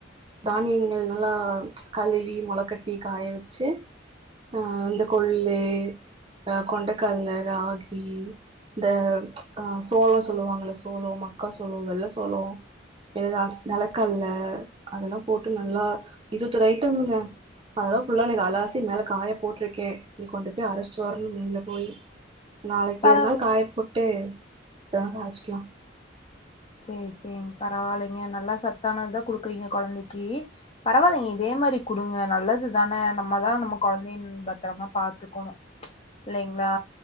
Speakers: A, on the right (about 30°); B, on the left (about 30°).
A: தானியங்கள் நல்லா கழுவி முளக்கட் ட்டி காய வெச்சு ஆஹ் இந்த கொள்ளு ஆஹ கொண்டைக்கல்ல ராகி இந்த அஹ் சோளோ சொல்லுவாங்களே சோளோ மக்கா சோளோ வெள்ள சோளோ இதுதா நெலக்கல்ல அதெல்லா போட்டு நல்லா இருவத்தோர் ஐட்டம்ங்க அததா புல்லா இன்னிக்கு அலாசி மேல காய போட்டிருக்கே இனி கொண்டு போய் அரைச்சிட்டு வரனு மில்ல போயி நாளக்கி
B: பரவ
A: ஒரு நாள் காய போட்டு பிறகு அரச்சுக்கலா
B: சேர் சேரிங் பரவால்லைங்க நல்லா சத்தானதுதா குடுக்குறீங்க கொழந்தக்கி பரவால்லைங்க
A: ம்
B: இதே மாரி குடுங்க நல்லது தா நம்ம தா நம்ம குழந்தையின் பத்தரமா பாத்துக்கணு இல்லைங்ளா